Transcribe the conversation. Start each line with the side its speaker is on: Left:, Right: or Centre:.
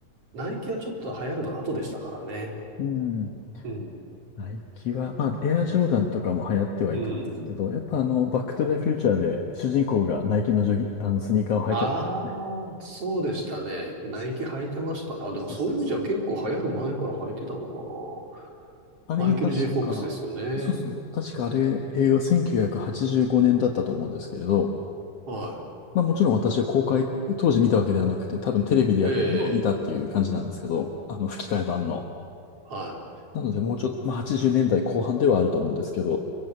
Right: ナイキはちょっと流行るの後でしたからね。
Left: うん。
Right: うん。
Left: ナイキは、まあ、エアジョーダンとかも流行ってはいたんですけど、
Right: うん。
Left: やっぱあの、バックトゥザフューチャーで主人公がナイキのジョギ、あの、スニーカーを履いてたね。
Right: ああ、そうでしたね。ナイキ履いてましたね。
Left: そ
Right: あ、でもそういう意味じゃ結構流行る前から履いてたのかな。
Left: うそうそうあれが確か、
Right: マイケル・ J・フォックスですよね。
Left: そうそう、確かあれ、映画1985年だったと思うんですけれど、
Right: は
Left: まあもちろん私は公開、当時見たわけではなくて、多分テレビでやってるのを見たっていう感じなんですけど、
Right: い。ええ、
Left: あの吹き替え版の。
Right: はい。
Left: なのでもうちょっと、まあ80年代後半ではあると思うんですけど、